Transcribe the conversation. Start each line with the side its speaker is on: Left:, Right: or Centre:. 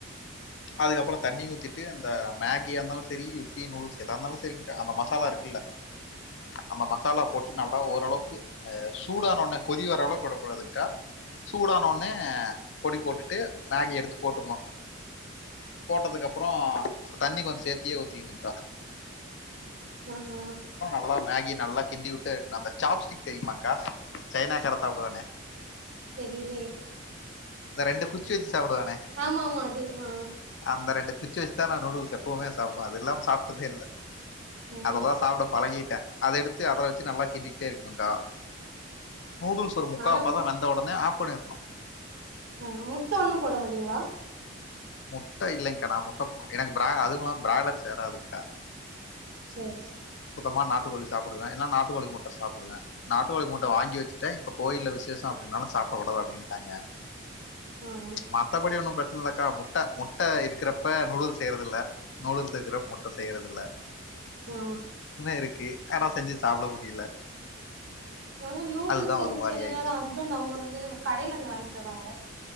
Left: அதுக்கப்றோ தண்ணி ஊத்திட்டு அந்த மேகியார்ந்தாலூ செரி யிப்பி நூடுல்ஸ் எதா இருந்தாலூ செரிங்க்கா அந்த மசாலா இருக்குல்ல அந்த மசாலா போட்டு நல்லா ஓரளவுக்கு சூடானோன்னே கொதி வரளவுக்கு ஒடக்கூடாதுங்க்கா சூடான ஒட்னே பொடி போட்டுட்டு மேகி எடுத்து போட்டுர்ணூ போட்டதுக்கப்றோ தண்ணி கொஞ்சோ சேத்தியே ஊத்திக்ணுங்க்கா
Right: அ ஆ
Left: பொலா மேகி நல்லா கிண்டி விட்டு அந்த சாப்ஸ்டிக் தெரியுமாங்க்கா சைனாக்கார சாப்டுவானே
Right: தெரிலே
Left: இந்த ரெண்டு குச்சி வச்சுச் சாப்டுவானே
Right: ஆமா ஆமா அது ஆ
Left: அந்த ரெண்டு குச்சி வச்சு தா நா நூடுல்ஸ் எப்வுமே சாப்டுவே அது இல்லாம சாப்ட்டதே இல்ல
Right: ஆ
Left: அதெல்லா சாப்ட அத எடுத்து அதல வச்சு நல்லா கிண்டிக்கிட்டே இருக்கணுங்கா நூடுல்ஸ் ஒரு முக்காப்பதோ
Right: நாங்க
Left: வெந்த உடனே ஆஃப் பண்ணிரணு
Right: ஆ முட்ட ஒண்ணும் போடமாட்டீங்களா
Left: முட்ட இல்லைங்கா நா முட்ட போ எனக்கு அதுமில்லாம பிராய்லர் சேராதுக்கா
Right: செரி செரி
Left: மா நாட்டுக்கோழி சாப்டுவே என்னா நாட் கோழி முட்ட சாப்டுவே நாட்டு கோழி முட்ட வாங்கி வச்சுட்டே இப்ப கோயில்ல விசேசம் நால சாப்படக்கூடாது அப்டின்ட்டாங்க
Right: ஆ ஆ
Left: மத்தபடி ஒண்ணு பிரச்ச லக்கா முட்ட முட்ட இருக்கிறப்ப நூடுல்ஸ் செய்யறது இல்ல நூடுல்ஸ் இருக்கிறப்ப முட்ட செய்யறது இல்ல
Right: ஆமா
Left: இருக்கு ஆனா செஞ்சு சாப்பட முடியல
Right: நாங்க நூடுல்ஸ்
Left: அதுதா
Right: வந்து
Left: ஒரு மாரி
Right: சில
Left: ஆயிடுச்சு
Right: நேரம் ஹஸ்பண்ட் அவங்க வந்து கடயில இருந்து வாங்கிட்டு வருவாங்க